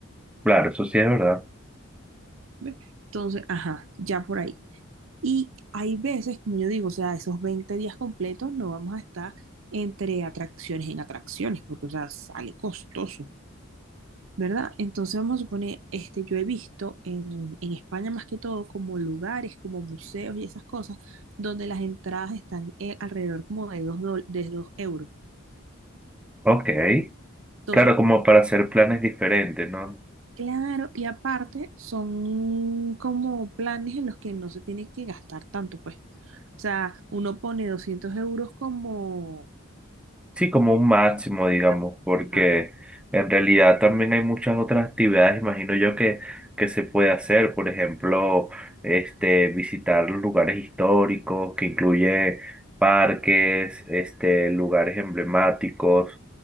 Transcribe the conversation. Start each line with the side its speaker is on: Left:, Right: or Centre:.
Centre: Claro, eso sí es verdad.
Right: ¿ves? Entonces, ajá, ya por ahí. Y hay veces, como yo digo, o sea, esos 20 días completos no vamos a estar entre atracciones en atracciones, porque, o sea, sale costoso, ¿verdad? Entonces vamos a suponer, este, yo he visto en, en España más que todo como lugares, como museos y esas cosas, donde las entradas están eh, alrededor como de dos dol- de 2 euros.
Centre: Ok.
Right: Entonces,
Centre: Claro, como para hacer planes diferentes, ¿no?
Right: claro, y aparte son como planes en los que no se tiene que gastar tanto, pues. O sea, uno pone 200 euros como
Centre: Sí, como un máximo, digamos,
Right: Una-
Centre: porque
Right: ajá,
Centre: en realidad también hay muchas otras actividades, imagino yo, que, que se puede hacer. Por ejemplo, este, visitar los lugares históricos, que incluye parques, este, lugares emblemáticos.